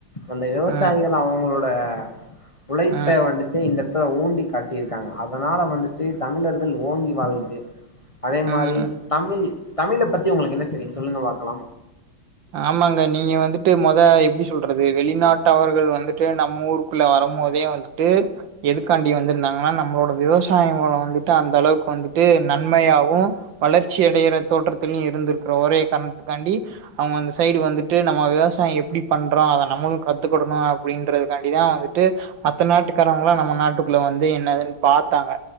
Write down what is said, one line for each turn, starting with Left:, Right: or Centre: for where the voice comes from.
Left: அந்த விவசாயிகள்
Right: ஆ
Left: அவங்களோட உழைப்ப
Right: ஆ
Left: வந்துட்டு இந்த த்த ஊண்டி காட்டியிருக்காங்க அதனால வந்துட்டு தமிழர்கள் ஓங்கி வாழ்ந்து அதே
Right: ஆ
Left: மாரி தமிழ் தமிழ பத்தி உங்களுக்கு என்ன தெரியு சொல்லுங்க பாக்கலா
Right: ஆமாங்க நீங்க வந்துட்டு மொத எப்பிடி சொல்றது வெளிநாட்டவர்கள் வந்துட்டு நம்ம ஊருக்குள்ள வரம் போதே வந்துட்டு எதுக்காண்டி வந்திருந்தாங்கன்னா நம்மளோட விவசாயங்கள வந்துட்டு அந்த அளவுக்கு வந்துட்டு நன்மையாவு வளர்ச்சி அடையற தோற்றத்திலயு இருந்து இருக்கற ஒரே காரணத்துக்காண்டி அவுங்க அந்த சைடு வந்துட்டு நம்ம விவசாயோ எப்பிடி பண்றோ அத நம்மளு கத்துக்கடணு அப்பிடின்றதுக்காண்டிதா வந்துட்டு மத்த நாட்டுக்காரவங்களா நம்ம நாட்டுக்குள்ள வந்து என்னதுன்னு பாத்தாங்க